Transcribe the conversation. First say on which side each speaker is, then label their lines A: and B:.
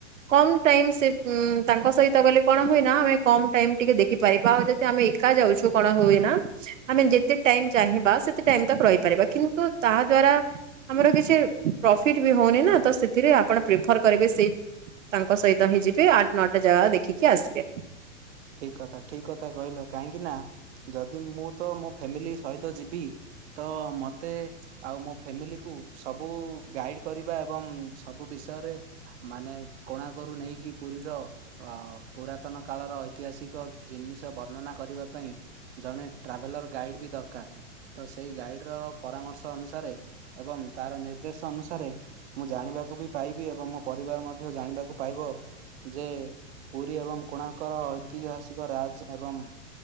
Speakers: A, on the right (about 80°); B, on the right (about 60°).
A: କମ୍ ଟାଇମ୍ ସେ ତାଙ୍କ ସହିତ ଗଲେ କଣ ହୁଏନା ଆମେ କମ ଟାଇମ ଟିକେ ଦେଖିପାରିବା ଆଉ ଯଦି ଆମେ ଏକା ଯାଉଛୁ କଣ ହୁଏ ନା ଆମେ ଯେତେ ଟାଇମ ଚାହିଁବା ସେତେ ଟାଇମ ତା ରହିପାରିବା କିନ୍ତୁ ତାହା ଦ୍ଵାରା ଆମର କିଛି ପ୍ରଫିଟ ବି ହଉନି ନା ତ ସେଥିରେ ଆପଣ ପ୍ରିଫର କରିବେ ସେଇ ତାଙ୍କ ସହିତ ହିଁ ଯିବେ ଆଠ ନଅଟା ଜାଗା ଦେଖିକି ଆସିବେ।
B: ଠିକ୍ କଥା ଠିକ୍ କଥା କହିଲ କାହିଁକିନା ଯଦି ମୁଁ ତ ମୋ ଫ୍ୟାମିଲି ସହିତ ଯିବି ତ ମୋତେ ଆଉ ମୋ ଫ୍ୟାମିଲି କୁ ସବୁ ଗାଇଡ୍ କରିବା ଏବଂ ସବୁ ବିଷୟରେ ମାନେ କୋଣାର୍କରୁ ନେଇକି ପୁରୀର ଅ ପୁରାତନ କାଳର ଐତି ଐତିହାସିକ ଜିନିଷ ବର୍ଣ୍ଣନା କରିବା ପାଇଁ ଜଣେ ଟ୍ରାଭେଲର ଗାଇଡ଼୍ ବି ଦରକାର। ତ ସେଇ ଗାଇଡ଼ର ପରାମର୍ଶ ଅନୁସାରେ ଏବଂ ତର ନିର୍ଦ୍ଦେଶ ଅନୁସାରେ। ମୁଁ ଜାଣିବାକୁ ବି ପାଇବି ଏବଂ ମୋ ପରିବାର ମଧ୍ୟ ଜାଣିବାକୁ ପାଇବ। ଯେ ପୁରୀ ଏବଂ କୋଣାର୍କର ଐତିହାସିକ ରାଜ ଏବଂ